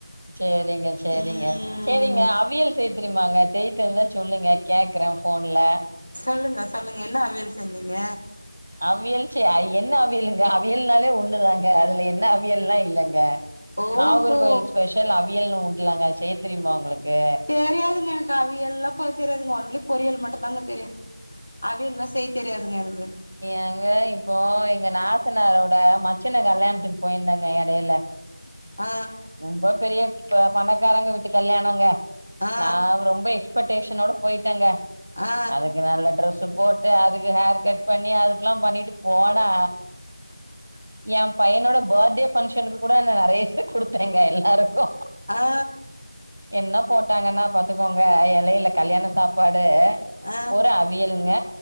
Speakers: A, on the right; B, on the left.
A: செரிங்க செரிங்க
B: ம்
A: செரிங்க அவியல் செய்ய தெரிமாங்க செய்யத் தெரிஞ்சா சொல்லுங்க கேக்கறே போன்ல
B: சொல்லுங்க சொல்லுங்க ன்னா அவியல் செஞ்சீங்க
A: அவியல் சரி என்ன அவியலுங்க அவியல்னாலே ஒண்ணுதாங்க அதுல என்ன அவியல்னா இல்லங்க
B: ஓஹோ
A: நாகர்க கோவில் ஸ்பெஷல் அவியல்னு உண்டுலாங்க அது செய்ய தெரியமா உங்களுக்கு
B: தெரியாதுங்க அவவியல்ல்லா செய்ய தெரியாதுங்க ஒன்லி பொரியல் மட்டுதாங்க தெரியும் அவியல்ல்லா செய்ய தெரியாதுங்க எனக்கு
A: எங்க இப்போ எங்க நாத்தனாரோட மச்சன கல்யாணத்துக்கு போயிருந்தாங்க இடையில
B: ஆ
A: ரொம்ப பெரிய பணக்காரங்க வீட்டு கல்யாணங்க
B: ஆ
A: நா ரொம்ப எச்பெக்டேஷன் ஓட போயிட்டாங்க
B: ஆ
A: அதுக்கு நல்ல டிரெஸ் போட்டு அதுக்கு ஹேர் கட் பண்ணி அதுக்கு ல்லா பண்ணிட்டு போனா எ பையனோட பர்த்டே ஃபங்க்ஷனுக்கு கூட நிறைய குடுத்தேங்க எல்லாருக்கு
B: ஆ
A: என்ன போட்டாங்கன்னா பாத்துக்கோங்க இலையில கல்யாண சாப்பாடு
B: ஆ
A: ஒரு அவியலுங்க